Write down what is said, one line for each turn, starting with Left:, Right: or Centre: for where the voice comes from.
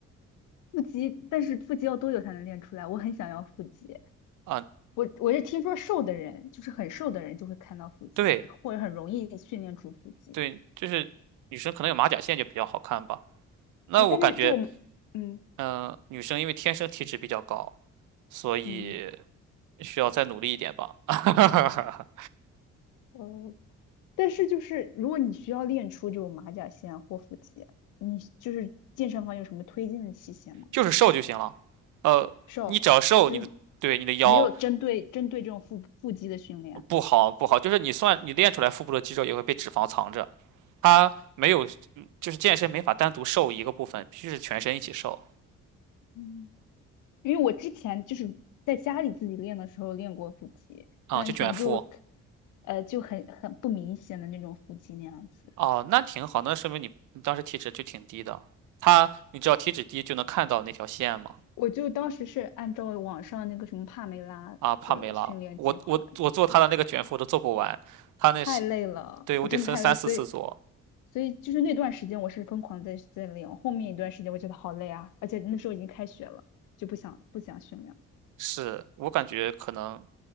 Left: 腹肌，但是腹肌要多久才能练出来？<laughs> 我很想要腹肌。
Right: 啊，
Left: 我我是听说瘦的人，就是很瘦的人就会看到腹肌，
Right: 对
Left: 或者很容易训练出腹肌。
Right: 对，就是女生可能有马甲线就比较好看吧。那我感觉，
Left: 哎，但是这种嗯
Right: 嗯、女生因为天生体脂比较高，所以
Left: 嗯
Right: 需要再努力一点吧，<laughs>
Left: 呃，但是就是如果你需要练出这种马甲线啊或腹肌，你就是健身房有什么推荐的器械吗？
Right: 就是瘦就行了。呃，
Left: 瘦，
Right: 你只要瘦，
Left: 就是
Right: 你的对你的腰
Left: 没有针对针对这种腹腹肌的训练。
Right: 不好不好，就是你算你练出来腹部的肌肉也会被脂肪藏着，它没有，就是健身没法单独瘦一个部分，必须是全身一起瘦
Left: 嗯，因为我之前就是在家里自己练的时候练过腹肌，
Right: 啊、
Left: 但可能就，
Right: 就卷腹
Left: 呃，就很很不明显的那种腹肌那样子。
Right: 哦，那挺好，那说明你你当时体脂就挺低的。它，你只要体脂低就能看到那条线嘛。
Left: 我就当时是按照网上那个什么帕梅拉的训练计划，
Right: 啊，帕梅拉，我我我做他的那个卷腹我都做不完，
Left: 就是
Right: 他那是，
Left: 太累了，
Right: 对，我得分三四次做。
Left: 我真的太累，所以，所以就是那段时间我是疯狂在在练，后面一段时间我觉得好累啊，而且那时候已经开学了，就不想不想训练。
Right: 是我感觉可能